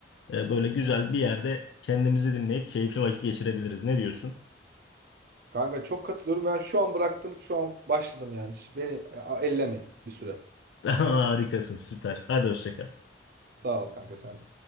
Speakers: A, on the left (about 70°); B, on the right (about 55°).
A: e, böyle güzel bir yerde kendimizi dinleyip keyifli vakit geçirebiliriz. Ne diyorsun?
B: Kanka çok katılıyorum. Ben şu an bıraktım, şu an başladım yani. Hiç Beni e, ellemeyin bir süre.
A: <laughs> Harikasın, süper. Hadi hoşça kal.
B: Sağ ol kanka sen de.